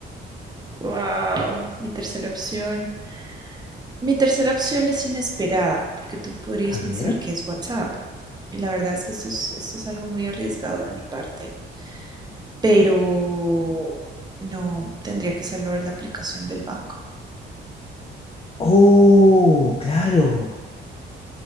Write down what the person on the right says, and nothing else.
Wow, mi tercera opción. Mi tercera opción es inesperada, porque tú podrías
pensar
que es WhatsApp. Y la verdad es que esto es, esto es algo muy arriesgado de mi parte, pero no tendría que salvar la aplicación del banco.